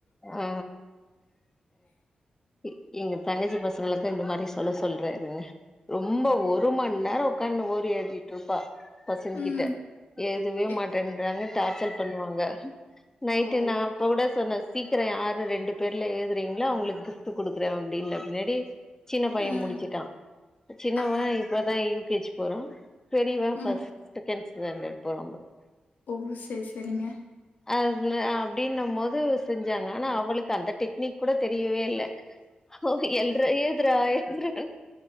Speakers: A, on the left (about 15°); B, on the left (about 75°).
A: ஆ எ எங்க தங்கச்சி பசங்களுக்கு இந்த மாரி சொல்ல சொல்றே இருங்க ரொம்ப ஒரு மண் நேரோ உக்காண் ஓர் ஏடிட்டு இருப்பா பசங்க
B: ம்
A: கிட்ட எதுவே
B: எ
A: மாட்டேன்றாங்க டார்ச்சல் பண்வாங்க நைட்டு
B: ஓ
A: நா அப்ப கூட சொன்னே சீக்ரோ யாரு ரெண்டு பேர்ல எழுதுறீங்ளா அவங்ளுக்கு துட்டு குடுக்குறே அப்டின்னே பின்னாடி சின்ன பைய
B: ம்
A: முடிச்சுட்டா சின்னவா
B: ஆ
A: இப்பதா யூ கே ஜி போறா பெரியவே ஃபர்ஸ்ட்
B: ம்
A: செகண்ட் ஸ்டாண்டர்ட் போறா போலுக்
B: ஓ செரி செரிங்க
A: அவ்ன அப்டின்னும் போது செஞ்சாங்க ஆனா அவளுக்கு அந்த டெக்னிக் கூட தெரியவே இல்ல ஓ எழ்றா எழுதுறா எழுதுறாங்க